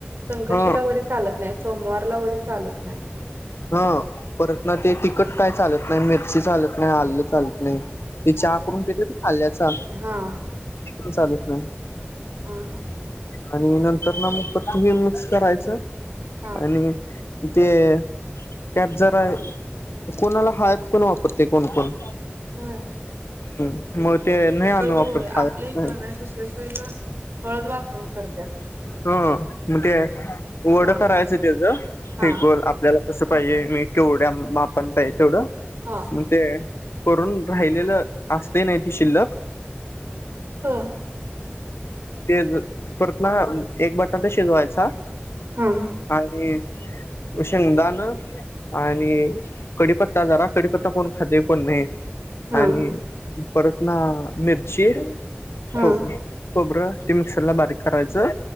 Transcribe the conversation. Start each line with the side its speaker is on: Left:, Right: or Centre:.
Right: संकष्टीला
Left: हा
Right: वरी चालत नाही, सोमवारला वरी चालत नाही.
Left: हा परत ना ते तिकट काय चालत नाही, मिरची चालत नाही, आलं चालत नाही. ते चहा करून पीतेत ना आल्ल्याचा,
Right: हां,
Left: ते चालत नाही.
Right: हा हा.
Left: आणि नंतर ना, मग परत मिक्स करायचं
Right: हां.
Left: आणि ते अ त्यात जरा, कोणाला हळदपण वापरतय कोण कोण?
Right: व्हय.
Left: ह मग ते नाही आम्ही वापरत
Right: होय आपल्या
Left: हळद
Right: इकडं
Left: नाही.
Right: दुसऱ्या शाळेला हळद वापरून कर
Left: ह मग ते वड
Right: हां,
Left: करायचं त्याचं,
Right: हां,
Left: ते गोल आप ल्याला कसं पाहिजे? मी केवढ्या मापान पाहिजे तेवढं.
Right: हा.
Left: मग ते करून राहिलेलं, असतय नाही ते शिल्लक
Right: हा.
Left: तेज परत ना, एक बटाटा शिजवायचा.
Right: हां हां.
Left: आणि उ शेंगदान आणि कडीपत्ता जरा, कडीपत्ता कोण खातय कोण नाही.
Right: हा
Left: आणि परत ना मिरची
Right: हा
Left: खो बरं ते मिक्सर ला बारीक करायचं.